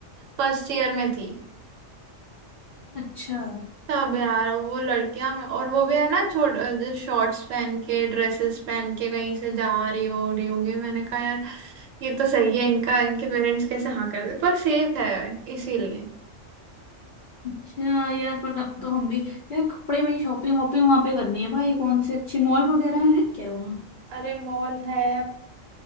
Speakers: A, on the right; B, on the left.
A: फर्स्ट ईयर में थी
B: अच्छा
A: सब है यार वो लड़कियां और वो भी है ना छोट जो शॉर्ट्स पहन के ड्रेसेस पहन के कहीं से जा रही हो रही होंगी मैंने कहा यार ये तो सही है इनका इनके पेरेंट्स कैसे हाँ कर दे पर सेफ है इसीलिए
B: अच्छा यार पर अब तो हम भी यार कपड़े भाई शॉपिंग वॉपिंग वहां पे करनी है भाई कौन से अच्छे मॉल वगैरह हैं क्या वहाँ
A: अरे मॉल है